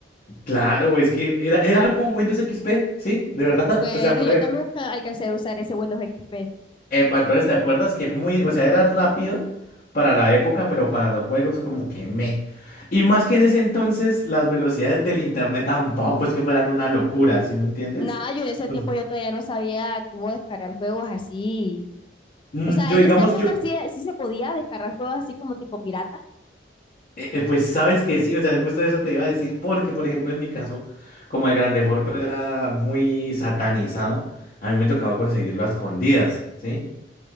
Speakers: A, on the left (about 45°); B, on the left (about 30°).
A: claro, es que era, era con Windows XP, ¿sí? De verdad,
B: Bueno,
A: <laughs> o sea, fuera
B: yo
A: de
B: también alca- alcancé a usar ese Windows XP.
A: Epa, entonces, ¿te acuerdas que muy, o sea, era rápido para la época, pero para los juegos como que me. Y más que en ese entonces, las velocidades del internet tampoco es que fueran una locura, ¿sí me entiendes?
B: Nada, yo en ese
A: Pues,
B: tiempo yo todavía no sabía cómo descargar juegos así
A: mm,
B: O sea,
A: yo,
B: en
A: digamos,
B: esa época
A: yo,
B: sí, sí se podía descargar juegos así como tipo pirata. <laughs>
A: eh, eh, pues sabes que sí, o sea, justo eso te iba a decir, porque, por ejemplo, en mi caso, como el grande foto era muy satanizado, a mí me tocaba conseguirlo a escondidas, ¿sí?